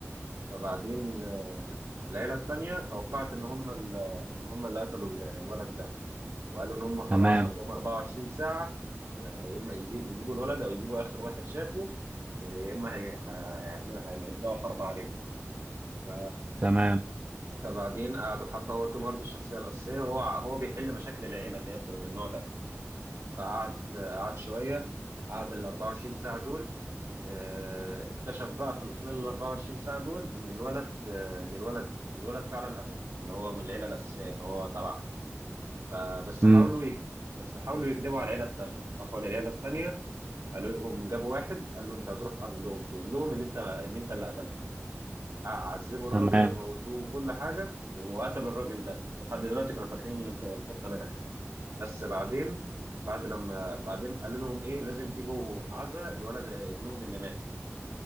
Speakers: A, on the right (about 75°); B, on the right (about 30°).
A: فبعدين آه، العيلة التانية توقعت إن هم ال- إن هم اللي قتلوا ال- الولد ده وقالوا إن هم خلاص
B: تمام
A: عندهم 24 ساعة آه، يا إما يجي- يجيبوا الولد أو يجيبوا آخر واحد شافه آه، يا إما هي- هيعملوا هيبدأوا حرب عليهم ف-
B: تمام
A: فبعدين قعدوا حبة هو توم هاردي الشخصية الأساسية هو هو بيحل مشاكل العيلة اللي هي بتبقى بالنوع ده فقعد قعد شويه قعد ال 24 ساعه دول آه، اكتشف بقى في خلال ال 24 ساعه دول ان الولد آه، ان الولد الولد فعلا قتله اللي هو من العيله الاساسيه اللي هو تبعها فبس
B: مم.
A: حاولوا يج... بس حاولوا يكذبوا على العيله التانيه راحوا للعيله التانيه قالوا لهم جابوا واحد قال له انت هتروح عندهم تقول لهم ان انت ان انت اللي قتلته ع- عذبوا الراجل
B: تمام
A: وموتوه وكل حاجه وقتلوا الراجل ده ولحد دلوقتي كانوا فاكرين إن الخطه نجحت بس بعدين بعد لما بعدين قالوا لهم ايه لازم تيجوا عزا الولد ابنهم اللي مات